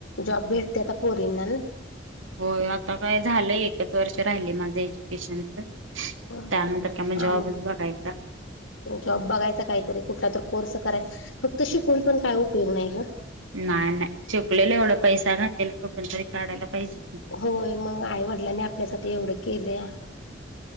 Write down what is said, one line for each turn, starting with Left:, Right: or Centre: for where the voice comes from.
Left: जॉब भेटत्यात पोरींना नय
Right: होय, आता काय झालंय एकच वर्ष राहिलय माझं एज्युकेशन. त्यानंतर
Left: ना
Right: काय म जॉबच
Left: आम
Right: बघायचा.
Left: जॉब बघायचा काहीतरी कुठला तर कोर्स करायचा फक्त शिकून पण काय उपयोग नाही ग.
Right: नाही नाय शिकलेलं एवढा पैसा घातलेला कुठून तरी काढायला पाहिजे कि.
Left: होय मग आई वडिलांनी आपल्यासाठी एवढं केलया.